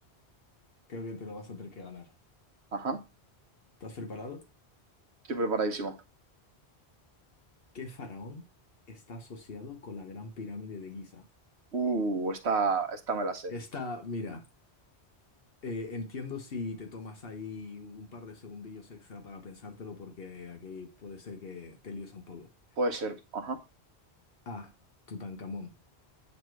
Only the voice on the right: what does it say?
Ajá.
Estoy preparadísimo.
Uh, esta, esta me la sé.
Puede ser. Ajá.